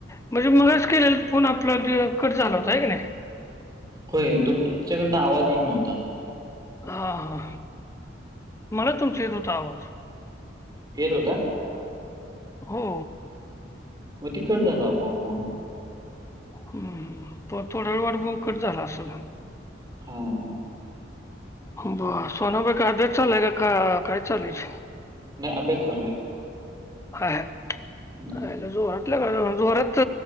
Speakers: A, on the left; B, on the right.
A: म्हणजे मगाच केलेल फोन आपला ते कट झाला होता आहे की नाही?
B: होय! तुमच्याकडन आवाज येत नव्हता.
A: हा हा मला तुमचा येत होता आवाज.
B: येत होता?
A: हो.
B: म ते कट झाला आपोआप फोन.
A: हम्म हम्म हम्म पर थोडा वेळ वाट बघून कट झाला असल.
B: हम्म.
A: ब सोनाबई कायद्या चालय का का काय? चाललोयच.
B: नाही अभ्यास चालू
A: <inaudible>
B: आहे
A: हाय -हाय.
B: हम्म.
A: जोरातल्या कर -जोरात